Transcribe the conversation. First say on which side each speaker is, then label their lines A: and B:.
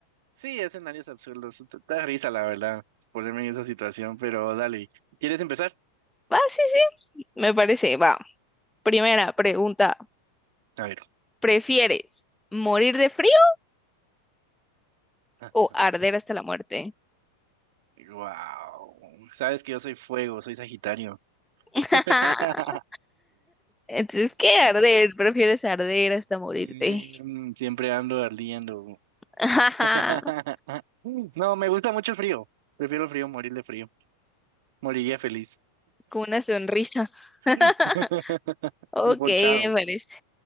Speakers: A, on the right; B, in the centre.
A: Sí, escenarios absurdos. Te- te Da risa, la verdad, ponerme en esa situación, pero dale. ¿Quieres empezar?
B: Va, sí, sí, me parece. Va. Primera pregunta.
A: A ver.
B: ¿Prefieres morir de frío
A: <laughs>
B: o arder hasta la muerte?
A: Wow. Sabes que yo soy fuego, soy Sagitario.
B: <laughs>
A: <laughs>
B: Entonces, ¿qué arder? ¿Prefieres arder hasta morirte?
A: Mm, Siempre ando ardiendo.
B: <laughs>
A: <laughs> No, me gusta mucho el frío. Prefiero el frío, morir de frío. Moriría feliz.
B: Con una sonrisa. <laughs>
A: <laughs>
B: Ok,
A: Emponchado.
B: me parece.